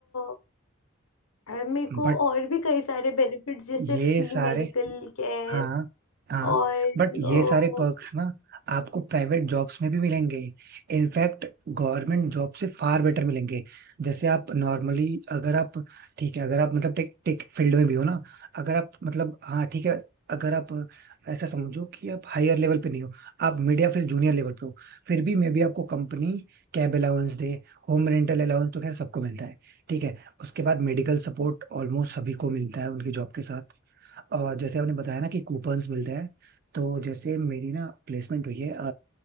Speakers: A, on the left; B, on the right.
A: अ, मेरे को
B: बट
A: और भी कई सारे बेनिफिट्स जैसे
B: ये
A: फ्री
B: सारे
A: मेडिकल केयर
B: हाँ हाँ
A: और
B: बट ये
A: अ,
B: सारे पर्क्स ना आपको प्राइवेट जॉब्स में भी मिलेंगे इनफैक्ट गवर्नमेंट जॉब से फार बेटर मिलेंगे जैसे आप नॉर्मली अगर आप ठीक है अगर आप मतलब टेक टेक फील्ड में भी हो ना अगर आप मतलब हाँ ठीक है अगर आप ऐसा समझो कि आप हायर लेवल पे नहीं हो आप मिड या फिर जूनियर लेवल पे हो फिर भी मे बी आपको कंपनी कैब अलाउंस दे होम रेंटल अलाउंस तो खैर सबको मिलता है ठीक है उसके बाद मेडिकल सपोर्ट ऑलमोस्ट सभी को मिलता है उनकी जॉब के साथ और जैसे आपने बताया ना कि कूपन्स मिलते हैं तो जैसे मेरी ना प्लेसमेंट हुई है अ,